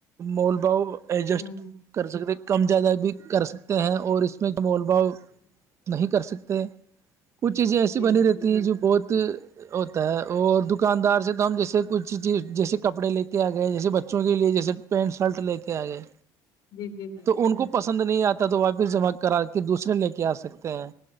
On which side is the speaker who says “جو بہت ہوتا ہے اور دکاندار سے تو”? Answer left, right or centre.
Right